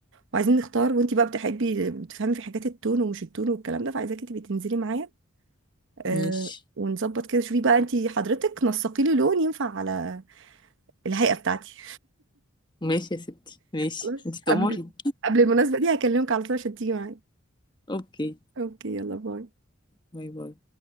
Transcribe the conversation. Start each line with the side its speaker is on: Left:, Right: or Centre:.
Right: وعايزين نختار وانتي بقى بتحبي بتفهمي في حاجات التون ومش التون والكلام ده فعايزاكي تبقي تنزلي معايا آه
Left: ماشي
Right: ونظبط كده شوفي بقى انتي حضرتك نسقي لي لون ينفع على الهيئة بتاعتي
Left: ماشي يا ستي ماشي
Right: خلاص
Left: انتي تأمري
Right: قبل قبل المناسبة دي هكلمك على طول عشان تيجي معايا
Left: اوكي
Right: اوكي يلا باي
Left: باي باي